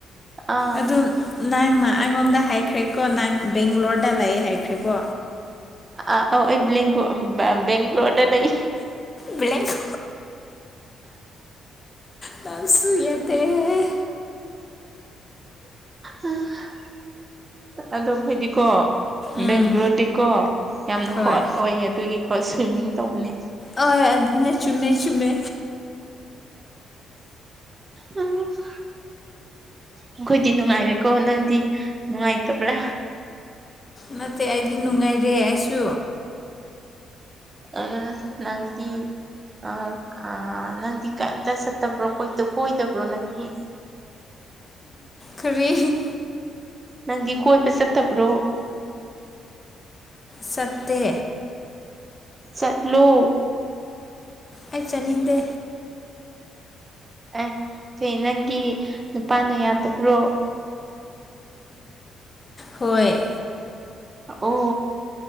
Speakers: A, on the right; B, on the left.
A: ꯑꯥ
B: ꯑꯗꯨ ꯅꯪꯅ ꯑꯩꯉꯣꯟꯗ ꯍꯥꯏꯈ꯭ꯔꯦꯀꯣ ꯅꯪ ꯕꯦꯡꯒ꯭ꯂꯣꯔꯗ ꯂꯩ ꯍꯥꯏꯈ꯭ꯔꯦꯀꯣ
A: <inaudible> ꯑꯩꯕꯦꯡꯒ ꯕꯦꯡꯒ꯭ꯂꯣꯔꯗ ꯂꯩ
B: ꯕ꯭ꯂ <inaudible> ꯇꯁꯨꯨꯏ ꯌꯥꯗꯦ <inaudible>
A: ꯎꯝ <inaudible> ꯑꯗꯣ ꯑꯩꯈꯣꯏꯗꯤꯀꯣ
B: ꯎꯝ
A: ꯕꯦꯡꯒ꯭ꯂꯣꯔꯗꯤꯀꯣ ꯌꯥꯝꯅ
B: ꯍꯣꯏ
A: ꯍꯣꯠ ꯑꯣꯏ ꯑꯗꯨꯒꯤ ꯁ꯭ꯋꯤꯃꯤꯡ ꯇꯧꯕꯅꯦ
B: ꯑꯣ ꯑꯗꯨꯅꯦ ꯆꯨꯝꯃꯦ ꯆꯨꯝꯃꯦ
A: ꯎꯝ <inaudible> ꯑꯩꯈꯣꯏꯗꯤ ꯅꯨꯡꯉꯥꯏꯔꯦꯀꯣ ꯅꯪꯗꯤ ꯅꯨꯡꯉꯥꯏꯇꯕ꯭ꯔꯥ
B: ꯅꯠꯇꯦ ꯑꯩꯗꯤ ꯅꯨꯡꯉꯥꯏꯔꯦ ꯑꯩꯁꯨ
A: ꯑꯗꯨꯅ ꯅꯪꯗꯤ ꯑꯥ ꯑꯥ ꯅꯪꯗꯤ ꯀꯩꯝꯇ ꯆꯠꯇꯕ꯭ꯔꯣ ꯀꯣꯏ ꯀꯣꯏꯗꯕ꯭ꯔꯣ ꯅꯪꯗꯤ
B: ꯀꯔꯤ
A: ꯅꯪꯗꯤ ꯀꯣꯏꯕ ꯆꯠꯇꯕ꯭ꯔꯣ
B: ꯆꯠꯇꯦ
A: ꯆꯠꯂꯣ
B: ꯑꯩ ꯆꯠꯅꯤꯡꯗꯦ
A: ꯑꯦ ꯀꯩ ꯅꯪꯒꯤ ꯅꯨꯄꯥꯅ ꯌꯥꯗꯕ꯭ꯔꯣ
B: ꯍꯣꯏ
A: ꯑꯣ